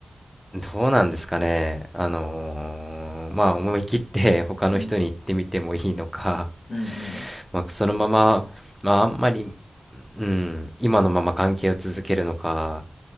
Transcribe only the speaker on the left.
うんうんうん。